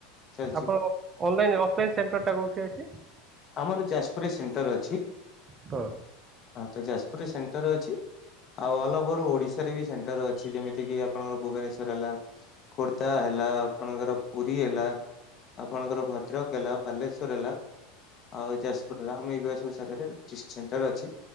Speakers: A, on the left; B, on the right.
A: ଚାଲିଛି।
B: ଆପଣଙ୍କ ଅନଲାଇନ୍ ଅଫଲାଇନ ସେଣ୍ଟର ଟା କୋଉଠି ଅଛି।
A: ଆମର ଯାଜପୁରରେ ସେଣ୍ଟର ଅଛି।
B: ତ।
A: ହଁ ତ ଯାଜପୁରରେ ସେଣ୍ଟର ଅଛି। ଆଉ ଅଲ ଓଭର ଓଡିଶାରେ ବି ସେଣ୍ଟର ଅଛି ଯେମିତି କି ଆପଣଙ୍କର ଭୁବନେଶର ହେଲା। ଖୋର୍ଦ୍ଧା ହେଲା ଆପଣଙ୍କର ପୁରୀ ହେଲା। ଆପଣଙ୍କର ଭଦ୍ରକ ହେଲା ବାଲେଶ୍ଵର ହେଲା ଆଉ ଯାଜପୁର ହେଲା ଆମେ ଏଇଭଳିଆ ସବୁ ଜାଗାରେ। ଫ୍ରି ସେଣ୍ଟର ଅଛି